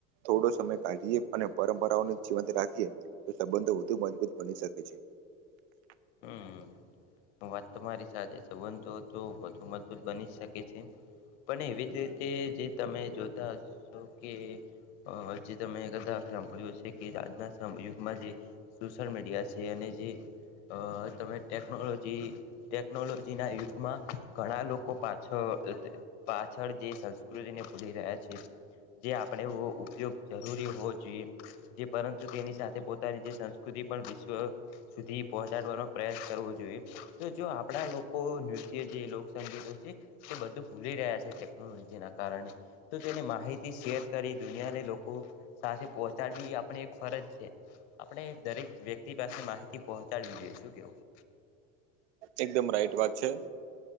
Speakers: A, on the right; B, on the left.
A: થોડો સમય કાઢીએ અને પરંપરાઓને જીવંત રાખીએ તો સંબંધો વધુ મજબૂત બની શકે છે. <inaudible>
B: હમ વાત તમારી સાચી સંબંધો તો વધુ મજબૂત બની શકે છે. પણ એવી જ રીતે જે તમે જોતા હશો કે અ જે તમે કધા સાંભળ્યું છે, કે આજના સમ યુગમાં જે સોશયલ મીડિયા છે, અને જે અ તમે ટેકનોલોજી ટેકનોલોજીના યુગમાં ઘણા લોકો પાછ પાછળ જે સંસ્કૃતિને ભૂલી રહ્યા છે. જે આપણે ઉપયોગ જરૂરી હોવો જોઈએ જે પરંતુ તેની સાથે પોતાની જે સંસ્કૃતિ પણ વિશ્વ સુધી પહોંચાડવાનો પ્રયાસ કરવો જોઈએ તો જો આપણા લોકો નૃત્ય જે લોકસંગીતો છે. તે બધું ભૂલી રહ્યા છે, ટેકનોલોજીના કારણે તો તેને માહિતી શેર કરી દુનિયાને લોકો સાથે પહોચાડવી આપણે એક ફરજ છે, આપણે દરેક વ્યક્તિ પાસે માહિતી પહોંચાડી જોએ શું કેવું?
A: એકદમ રાઈટ વાત છે,